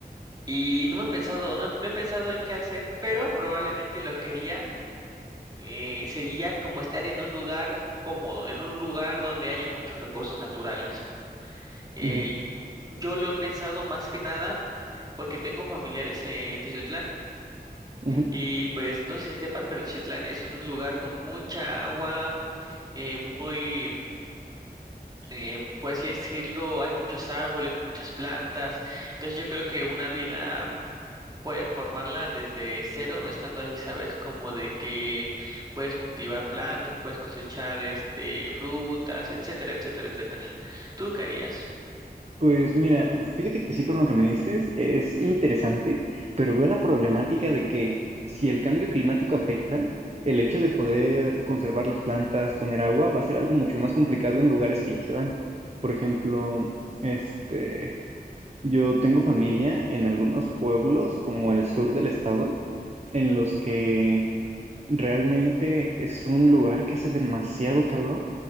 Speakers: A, on the right; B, on the right.
A: Y no me he pensado, no he, no he pensado en qué hacer, pero probablemente lo que haría eh, sería como estar en un lugar cómodo, en un lugar donde haya muchos recursos naturales. Eh,
B: Ujú,
A: yo lo he pensado más que nada porque tengo familiares en Tiziutlán
B: ujú.
A: y pues no sé si sepas, pero Tiziutlán es un lugar con mucha agua, eh, muy, eh, por así decirlo, hay muchos árboles, muchas plantas. Entonces yo creo que una vida puedes formarla desde cero estando ahí, ¿sabes? Como de que puedes cultivar plantas, puedes cosechar este frutas, etcétera, etcétera, etcétera. ¿Tú qué harías?
B: Pues mira, fíjate que sí con lo que me dices es interesante, pero veo la problemática de que si el cambio climático afecta, el hecho de poder conservar las plantas, tener agua, va a ser algo mucho más complicado en lugares que ya se dan. Por ejemplo, este, yo tengo familia en algunos pueblos como el sur del estado, en los que Realmente es un lugar que hace demasiado calor